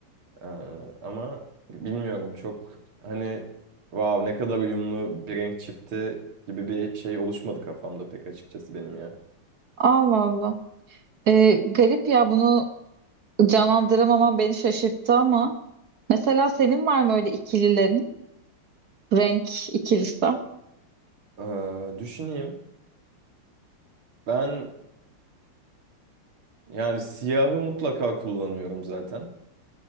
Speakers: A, on the right; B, on the right.
A: Ee, ama bilmiyorum çok hani wow ne kadar uyumlu bir renk çifti gibi bir şey oluşmadı kafamda pek açıkçası benim ya.
B: Allah Allah. Ee, garip ya bunu canlandıramaman beni şaşırttı ama mesela senin var mı öyle ikililerin? Renk ikilisi.
A: Ee, düşüneyim. Ben yani siyahı mutlaka kullanıyorum zaten.